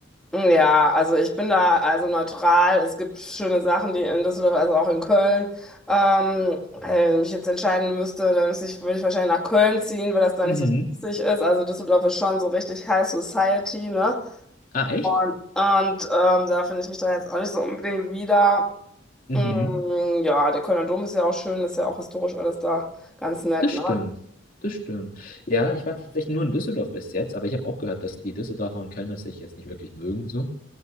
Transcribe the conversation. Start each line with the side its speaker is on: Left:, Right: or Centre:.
Centre: mh, ja, also ich bin da also neutral. Es gibt schöne Sachen, die in Düsseldorf, also auch in Köln. Ähm, wenn ich mich jetzt entscheiden müsste, dann müsste ich, würde ich wahrscheinlich nach Köln ziehen, weil das da
Left: Mhm.
Centre: nicht so witzig ist. Also Düsseldorf ist schon so richtig High Society, ne?
Left: Ah, echt?
Centre: Und, und ähm, da finde ich mich dann jetzt auch nicht so unbedingt wieder.
Left: Mhm.
Centre: Mm, ja, der Kölner Dom ist ja auch schön, ist ja auch historisch alles da ganz nett,
Left: Das
Centre: ne?
Left: stimmt. Das stimmt. Ja, ich war tatsächlich nur in Düsseldorf bis jetzt, aber ich habe auch gehört, dass die Düsseldorfer und Kölner sich jetzt nicht wirklich mögen, so.